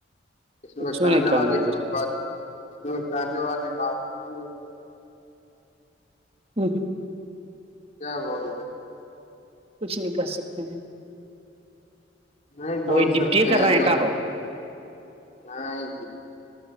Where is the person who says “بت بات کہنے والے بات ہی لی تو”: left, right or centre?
Left